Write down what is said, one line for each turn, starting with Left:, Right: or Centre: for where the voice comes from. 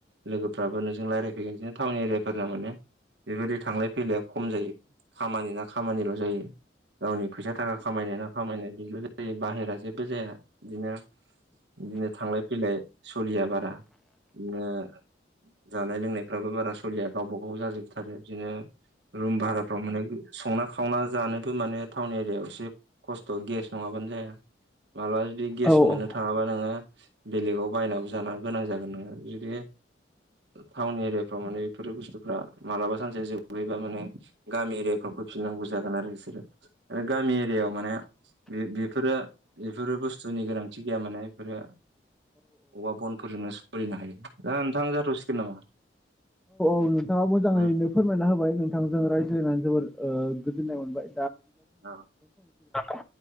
Right: लोगोफ्राबो नोंजों रायज्लायफैगोन बिदिनो टाउन एरिया फोरना माने बेबायदि थांलाय फैलाया खम जायो, खामानि ना खामानिल' जायो गावनि फैसा थाखा खामायनायना खामायनाय बिल जायो बाहेरा जेबो जाया बिदिनो बिदिनो थांलाय फैलाय सलिया बारा बिदिनो जानाय लोंनायफ्राबो बारा सलिया गावबा गाव जाजोब आरो बिदिनो रुम भाराफ्राव मोनो संना खावना जानोबो माने टाउन एरियायाव एसे खस्थ' गेस नङाबानो जाया मालाबा जुदि गेस
Centre: औ
Right: मोननो
Centre: औ
Right: थाङाबा नोङो बेलेकगाव बायनाबो जाना गोनां जागोन नोङो जुदि टाउन एरियाफ्राव माने बेफोर बुस्थुफ्रा मालाबा सानसे जोबहैबा माने गामि एरियाफ्राव फैफिननांगौ जागोन आरो बिसोरो आरो गामि एरियायाव माने बे बेफोरो बेफोरो बुस्थुनि गोनांथि गैया माने बेफोरो औवा बनफोरजोंनो सलिनो हायो दा नोंथां जाथ'सिगोन नामा?
Centre: औ नोंथाङा मोजाङैनो
Right: उम
Centre: फोरमायना होबाय नोंथांजों रायज्लायनानै जोबोर ओ गोजोननाय मोनबाय
Right: औ
Centre: । दा